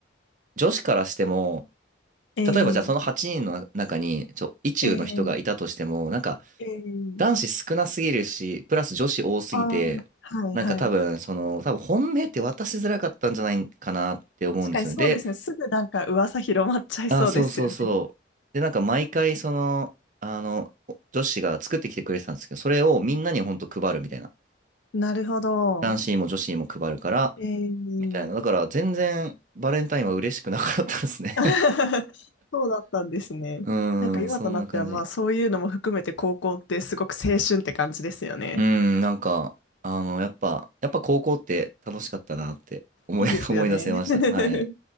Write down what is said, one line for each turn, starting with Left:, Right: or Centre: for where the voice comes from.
Right: 女子からしても、
Left: えー、
Right: 例えばじゃあその8人の中に、ちょ、意中の人がいたとしても、
Left: えー、
Right: なんか、
Left: えー、
Right: 男子少なすぎるし、プラス女子多すぎて、
Left: あー、はいはい。
Right: なんか多分、その、多分本命って渡しづらかったんじゃないかなって思うんですよね。
Left: 確かにそうですね、
Right: で、
Left: すぐなんか噂広まっちゃいそうですよね。
Right: あ、そうそうそう。で、なんか毎回、その、あの、女子が作ってきてくれてたんですけど、それをみんなにほんと配るみたいな。
Left: なるほど。
Right: 男子にも女子にも配るから、
Left: えー、
Right: みたいな。だから全然バレンタインは嬉しくなかったですね
Left: <laughs> そうだったんですね。
Right: <laughs> うーん、
Left: なんか今となってはまあそういうのも含めて高校ってすごく青春って感じですよね。
Right: そんな感じ。うーん、なんか、あの、やっぱ、やっぱ高校って楽しかったなって思い、
Left: いいですよね。
Right: <laughs> 思い出せました。
Left: <laughs>
Right: はい。